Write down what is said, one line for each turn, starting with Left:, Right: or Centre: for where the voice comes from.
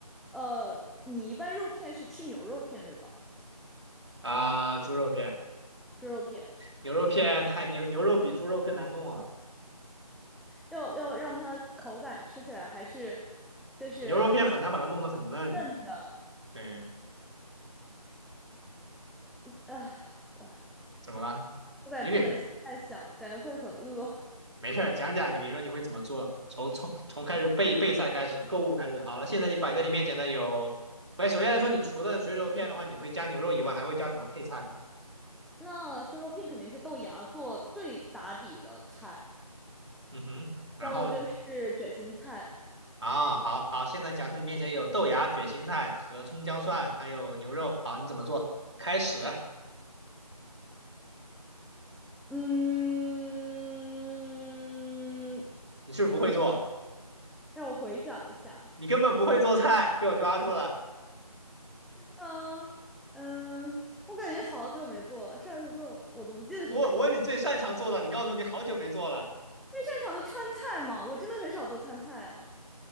Centre: 呃，你一般肉片是吃牛肉片对吧？
Right: 啊，猪肉片。
Centre: 猪肉片
Right: 牛肉片太牛，牛肉比猪肉更难弄啊，
Centre: 要要让它口感吃起来还是就是
Right: 牛肉片很难把它弄得很嫩。
Centre: 嫩的，
Right: 对，
Centre: 啊，哇，
Right: 怎么了？
Centre: 我感觉不能现在想，
Right: 你给
Centre: 感觉会很饿。<laughs>
Right: 没事儿讲讲，你比如说你会怎么做？从从从开始备备菜开始，购物开始。好了，现在你摆在你面前的有，不是首先来说，你除了水煮片的话，你会加牛肉以外，还会加什么配菜？
Centre: 那生肉片肯定是豆芽做最打底的菜。
Right: 嗯哼，然后你
Centre: 要么就是卷心菜。
Right: 啊，好好，现在假设你面前有豆芽、卷心菜和葱姜蒜，还有牛肉，好，你怎么做？开始，
Centre: 嗯，
Right: 你是不是不会做？
Centre: 让我回想一下。
Right: 你根本不会做菜，被我抓住了。
Centre: 嗯嗯，我感觉好久没做了，上次做我都不记得什么时候。
Right: 我我问你最擅长做的，你告诉我你好久没做了
Centre: 最擅长的川菜嘛，我真的很少做川菜啊。